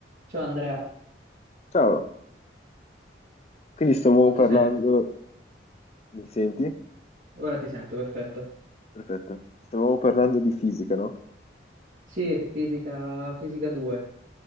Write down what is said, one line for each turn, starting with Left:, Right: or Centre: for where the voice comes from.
Right: Ciao Andrea,
Left: Ciao, quindi stavamo
Right: non
Left: parlando,
Right: ti sento.
Left: mi senti?
Right: Ora ti sento, perfetto.
Left: Perfetto, stavamo parlando di fisica, no?
Right: Sì, fisica, fisica 2.